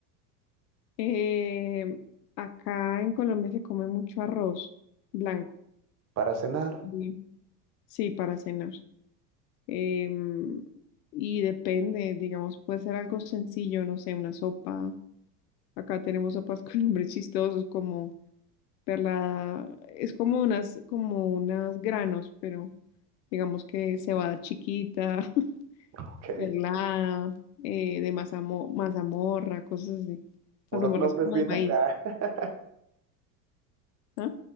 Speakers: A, on the left; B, on the right.
A: Eh, acá en Colombia se come mucho arroz blanco,
B: para cenar.
A: Mm. sí, para cenar. Em, y depende, digamos, puede ser algo sencillo, no sé, una sopa. Acá tenemos sopas <laughs> con nombres chistosos como perla, es como unas, como unas granos, pero digamos que cebada chiquita, <laughs>
B: Ok.
A: perlada, eh, de mazamo- mazamorra, cosas así.
B: Puros
A: Mazamorra
B: nombres
A: es como
B: bien
A: de maíz,
B: acá. <laughs>
A: ¿ah?